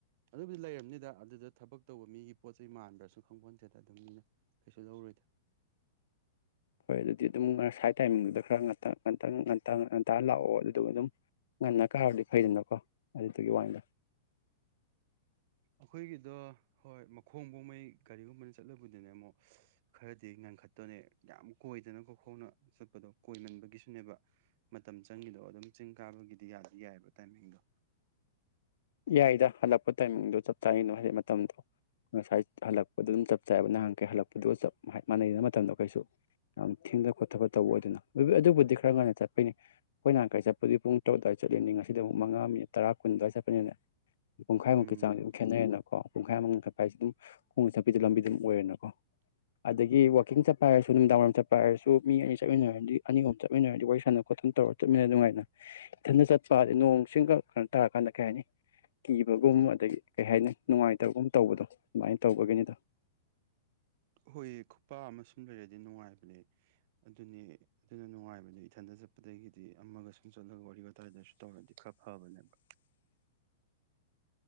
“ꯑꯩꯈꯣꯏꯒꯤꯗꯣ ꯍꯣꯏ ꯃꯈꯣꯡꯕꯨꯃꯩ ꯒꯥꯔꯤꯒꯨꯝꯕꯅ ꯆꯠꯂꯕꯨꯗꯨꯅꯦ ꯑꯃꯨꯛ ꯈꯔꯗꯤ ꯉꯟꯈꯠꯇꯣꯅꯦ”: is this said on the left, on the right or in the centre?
Right